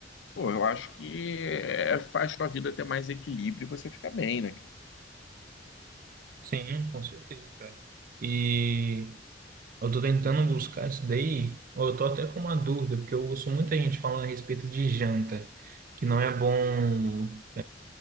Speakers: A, on the left; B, on the right.
A: Pô, eu acho que é, faz sua vida ter mais equilíbrio e você fica bem, né? cara?
B: Sim, com certeza, cara. E eu tô tentando buscar isso daí. Eu tô até com uma dúvida, porque eu ouço muita gente falando a respeito de janta, que não é bom